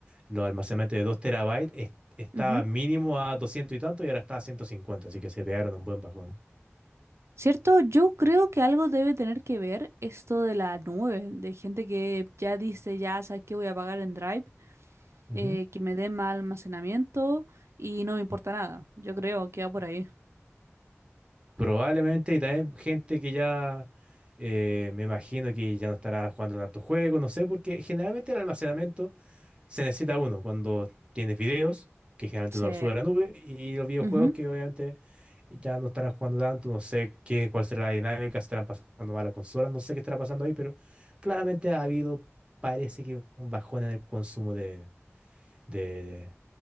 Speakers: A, on the right; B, on the right.
A: los almacenamientos de 2 terabytes es- estaba
B: Ujú.
A: mínimo a 200 y tanto y ahora está a 150, así que se pegaron un buen bajón.
B: Cierto, yo creo que algo debe tener que ver esto de la nube, de gente que ya dice, ya sabes que voy a pagar en Drive,
A: Ujú.
B: eh, que me dé más almacenamiento y no me importa nada. Yo creo que va por ahí.
A: Probablemente, y también gente que ya eh, me imagino que ya no estará jugando tantos juegos, no sé, porque generalmente el almacenamiento Se necesita uno cuando tienes videos, que generalmente
B: Sí.
A: uno los sube a la nube, y los videojuegos
B: Ujú.
A: que obviamente ya no estarán jugando tanto, no sé qué, cuál será la dinámica, estarán pasando mal las consolas, no sé qué estará pasando ahí, pero claramente ha habido, parece que un bajón en el consumo de, de,